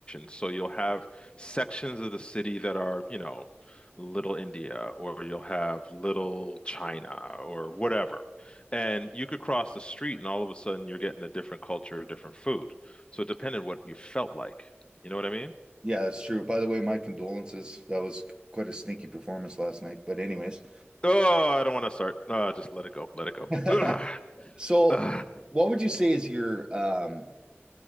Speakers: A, on the left; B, on the right.
A: So you'll have sections of the city that are, you know, Little India, or you'll have Little China, or whatever. And you could cross the street, and all of a sudden you're getting a different culture, different food. So it depended what you felt like. You know what I mean?
B: Yeah, that's true. By the way, my condolences. That was quite a stinky performance last night. But anyways.
A: Oh, I don't want to start. Uh, just let it go. Let it go.
B: <laughs>
A: Ugh.
B: So,
A: Ugh.
B: what would you say is your um,